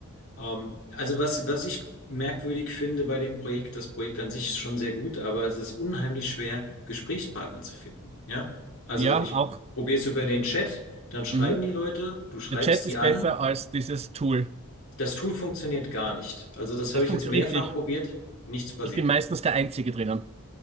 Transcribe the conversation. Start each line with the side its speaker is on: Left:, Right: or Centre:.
Left: Ähm, also was, was ich merkwürdig finde bei dem Projekt, das Projekt an sich ist schon sehr gut, aber es ist unheimlich schwer, Gesprächspartner zu finden. Ja, also
Right: Ja,
Left: ich
Right: auch.
Left: probiere es über den Chat, dann schreiben
Right: Mhm.
Left: die Leute, du schreibst
Right: Der Chat
Left: die
Right: ist
Left: an.
Right: besser als dieses Tool.
Left: Das Tool funktioniert gar nicht. Also das habe
Right: Das
Left: ich
Right: funktioniert
Left: jetzt mehrfach
Right: richtig.
Left: probiert, nichts passiert.
Right: Ich bin meistens der Einzige drinnen.